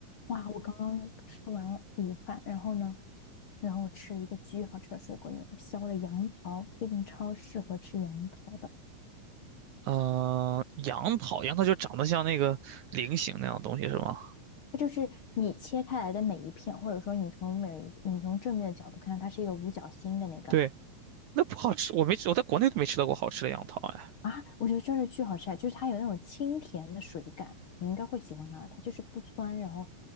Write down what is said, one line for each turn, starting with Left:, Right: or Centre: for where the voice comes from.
Left: 哇，我刚刚吃完午饭，然后呢，然后我吃了一个巨好吃的水果泥，我削了杨桃，最近超适合吃杨桃的。
Right: 嗯、杨桃，杨桃就长得像那个菱形那样的东西是吗？
Left: 它就是你切开来的每一片，或者说你从每一你从正面的角度看，它是一个五角星的那个
Right: 对，那不好吃，我没吃，我在国内都没吃到过好吃的杨桃哎。
Left: 啊，我觉得真是巨好吃啊！就是它有那种清甜的水感，你应该会喜欢它的。它就是不酸，然后